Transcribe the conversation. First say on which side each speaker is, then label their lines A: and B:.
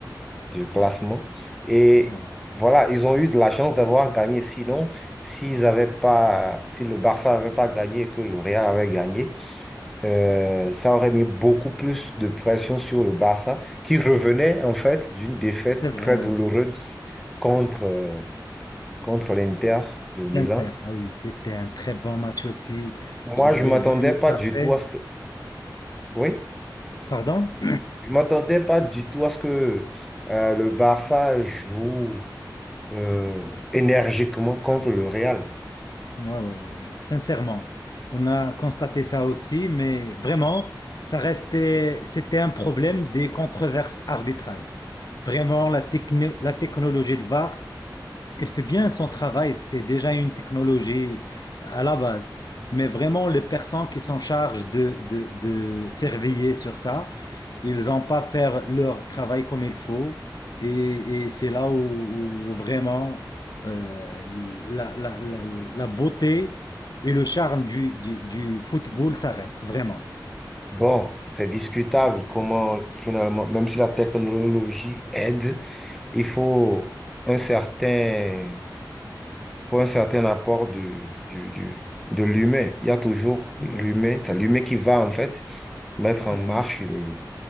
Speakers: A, in the centre; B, on the left (about 60°).
A: du classement. Et
B: C'est vrai,
A: voilà, ils ont eu de la chance d'avoir gagné. Sinon, s'ils avaient pas, si le Barça n'avait pas gagné et que le Real avait gagné, euh, ça aurait mis beaucoup plus de pression sur le Barça, qui revenait en fait d'une défaite
B: c'est vrai,
A: très
B: oui.
A: douloureuse contre, euh, contre l'Inter de Milan.
B: L'Inter, ah oui, c'était un très bon match aussi.
A: Moi,
B: Je l'avais
A: je m'attendais
B: vu au café.
A: pas du tout à ce que... Oui,
B: Pardon?
A: je m'attendais pas du tout à ce que euh, le Barça joue euh, énergiquement contre le Real.
B: Ouais, ouais, ouais, ouais. Sincèrement, on a constaté ça aussi, mais vraiment, ça restait, c'était un problème des controverses arbitrales. Vraiment, la techno- la technologie de VAR, elle fait bien son travail. C'est déjà une technologie à la base. Mais vraiment, les personnes qui s'en chargent de, de, de surveiller sur ça, ils n'ont pas faire leur travail comme il faut. Et, et c'est là où, où vraiment euh, la, la- la- la beauté et le charme du, du, du football s'arrêtent, vraiment.
A: Bon, c'est discutable comment finalement, même si la technologie aide, il faut un certain, faut un certain apport du, du, du- de l'humain. Il y a toujours
B: C'est
A: l'humain,
B: vrai,
A: c'est l'humain qui va en fait mettre
B: c'est
A: en marche
B: vrai.
A: le-